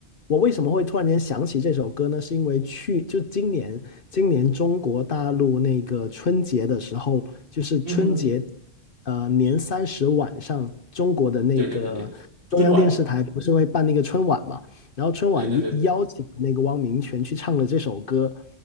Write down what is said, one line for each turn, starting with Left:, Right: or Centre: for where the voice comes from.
Left: 我为什么会突然间想起这首歌呢？是因为去就今年今年中国大陆那个春节的时候，就是春节
Right: 嗯哼哼，
Left: 呃年三十晚上，中国的那个中央电视台不是会办那个春晚嘛？
Right: 对对对对，春晚，
Left: 然后春晚邀邀请那个汪明荃去唱了这首歌，
Right: 对对对，